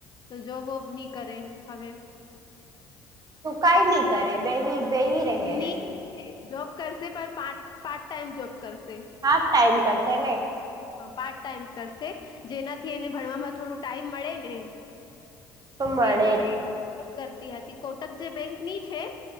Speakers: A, on the left; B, on the right.
A: તો જોબોબ નહી કરે હવે.
B: તું કઈ નહી કરે બેહી બેહી રહે
A: ની
B: હજુ
A: જોબ કરશે પણાર પાર્ટ ટાઈમ જોબ કરશે.
B: હાફ ટાઈમ કરશે ને
A: પાર્ટ ટાઈમ કરશે જેનાથી એને ભણવામાં થોડું ટાઈમ મળે ને
B: મળે
A: એ તો
B: જ.
A: બેંકનીપ કરતી હતી કોટક જે બેંક ની છે